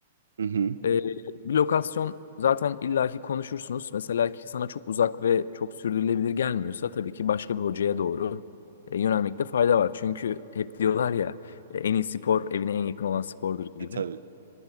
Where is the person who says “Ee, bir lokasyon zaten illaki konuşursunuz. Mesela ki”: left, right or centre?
Left